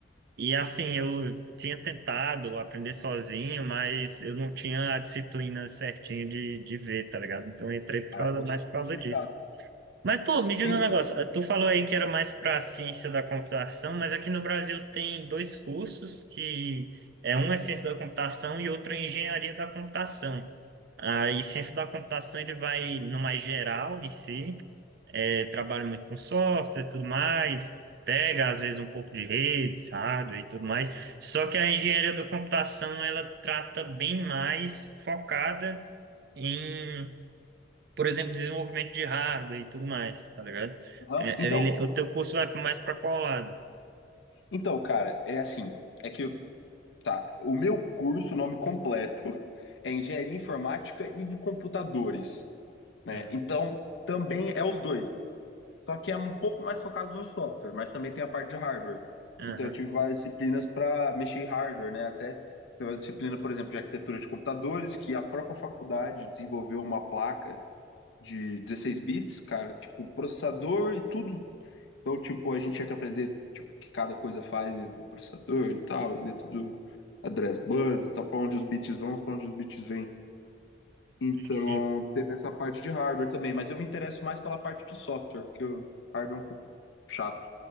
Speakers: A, on the right; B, on the left.
A: E assim, eu tinha tentado aprender sozinho, mas eu não tinha a disciplina certinha de, de ver, tá ligado? Então eu entrei por
B: Ah,
A: causa-
B: um pouco
A: mais por causa disso.
B: chato.
A: Mas, pô, me diz
B: Entendi.
A: um negócio. eh, Tu falou aí que era mais para ciência da computação, mas aqui no Brasil tem dois cursos que é um é ciência da computação e outro é engenharia da computação. Aí, ciência da computação ele vai no mais geral em si é, trabalha muito com software e tudo mais, pega às vezes um pouco de redes hardware e tudo mais. Só que a engenharia da computação ela trata bem mais focada em, por exemplo, desenvolvimento de hardware e tudo mais, tá ligado?
B: Aham.
A: É,
B: Então,
A: é, ele- o teu curso vai mais para qual lado?
B: então, cara, é assim, é que, tá, o meu curso, o nome completo, <laughs> é Engenharia Informática e de Computadores, né?
A: Aham,
B: Então, também é os dois, só que é um pouco mais focado no software, mas também tem a parte de hardware.
A: aham,
B: Então, eu tive várias disciplinas para mexer em hardware, né? Até teve a disciplina, por exemplo, de arquitetura de computadores, que a própria faculdade desenvolveu uma placa de 16 bits, cara, tipo processador e tudo Então, tipo, a gente tinha que aprender, tipo, o que cada coisa faz dentro do processador e tal, dentro do address bus e tal, para onde os bits vão, para onde os bits vêm. Então,
A: Sim.
B: teve essa parte de hardware também, mas eu me interesso mais pela parte de software, porque o hardware é um pouco chato,